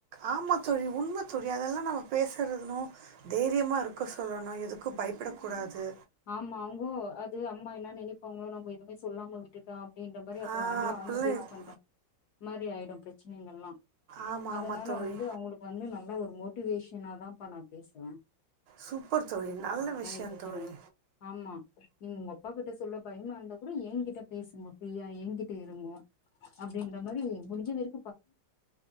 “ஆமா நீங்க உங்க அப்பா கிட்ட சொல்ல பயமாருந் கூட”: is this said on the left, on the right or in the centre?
Left